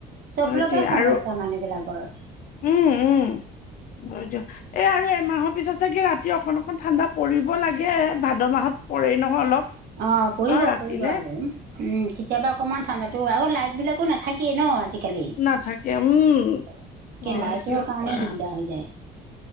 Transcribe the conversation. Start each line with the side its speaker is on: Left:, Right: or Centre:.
Right: চব
Left: সেইটোৱে
Right: ফালৰ পৰাই
Left: আৰু
Right: সমস্যা মানুহ বিলাকৰ।
Left: উম উম বুজো এ আৰু এমাহৰ পিছত চাগে ৰাতি অকণ অকণ ঠাণ্ডা পৰিব লাগে এ ভাদ মাহত পৰেই নহয় অলপ।
Right: অ পৰিব
Left: ন' ৰাতিলে
Right: পৰিব আৰু। উম কেতিয়াবা অকণমান ঠাণ্ডাতো আৰু লাইট বিলাকো নাথাকে ন আজি কালি
Left: নাথাকে উম,
Right: একে
Left: হয়
Right: লাইটৰ
Left: দিয়ক
Right: কাৰণেই
Left: বাৰু।
Right: দিগদা হৈ যায়।